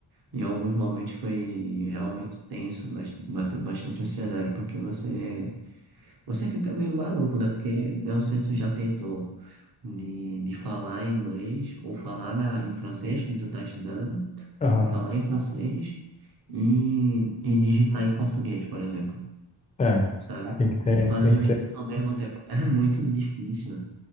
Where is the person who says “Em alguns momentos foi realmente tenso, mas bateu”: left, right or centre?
Right